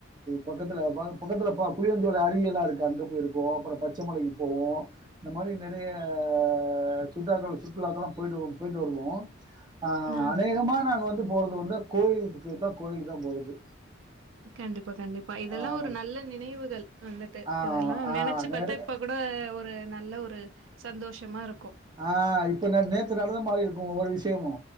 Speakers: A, on the right (about 20°); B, on the right (about 80°).
A: பக்கத்துல பக்கத்துல புளியஞ்சோல அருவி எல்லா இருக்கு அங்க போயிருக்கோ அப்ரோ பச்சைமலைக்கு போவோ இந்த மாரி நறைய ஆஹ் சுற்றுளாக்கள சுற்றுலாக்கள போய்ட்டு வருவோ, போய்ட்டு வருவோ. ஆஹ்
B: ஆ
A: அநேகமா நாங்க வந்து போறது வந்து கோயிலுக்கு தா, கோயில தா போறது.
B: கண்டிப்பா, கண்டிப்பா. இதெல்லா
A: ஆமா
B: ஒரு நல்ல
A: கு-
B: நினைவுகள் வந்துட்டு
A: ஆஹ்
B: இதெல்லா நெனைச்சு
A: ஆஹ் நிறைய
B: பாத்தா இப்ப கூட ஒரு ஒரு நல்ல ஒரு சந்தோஷமா இருக்க
A: ஆஹ் இப்ப நே நேத்து நடந்த மாரி இருக்கு. ஒவ்வொரு விசயமு